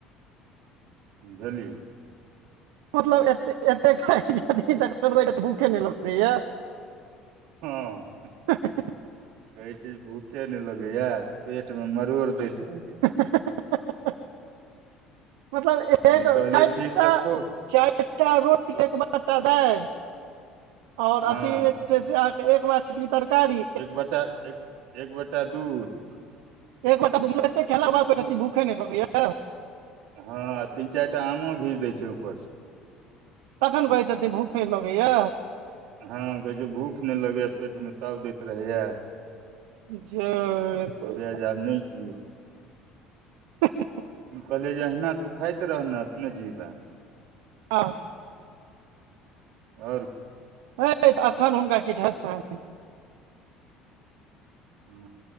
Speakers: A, on the right (about 70°); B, on the right (about 85°).
A: बुझलि
B: मतलब एते-एते छथि तऽ लेबै तऽ भूखे नहि लगतै
A: हँ
B: हँ हँ हँ
A: कहैत छै जे भूखे नहि लगैए, पेटमे मरोड़ दैत रहैए
B: हँ हँ हँ, मतलब
A: तऽ
B: एक
A: हम कहलियै
B: चारिटा
A: ठीक से खो
B: चारिटा रोटी, एक बटा दालि आओर
A: हँ
B: तरकारी छै से अहाँके एक बेर बाटी तरकारी
A: एक बटा दूध
B: एक बटा दूध खेलाक बाद
A: दू
B: तऽ भूखे नहि लगैय
A: हँ, तीन-चारिटा आमो घींच दै छै ऊपरसँ
B: तखन कहै छथि, भूख नहि लगैय
A: हँ, कहै छै भूख नहि लगैए पेटमे ताव दैत रहैए
B: जे
A: लागैए जे आब नहि जिअए
B: हँ हँ हँ
A: कहले जे अहिना तूँ खाइत रहनै, अपने जीवै
B: हँ
A: ओर
B: हँ, तऽ एखन हुनका किछु हेतै
A: हू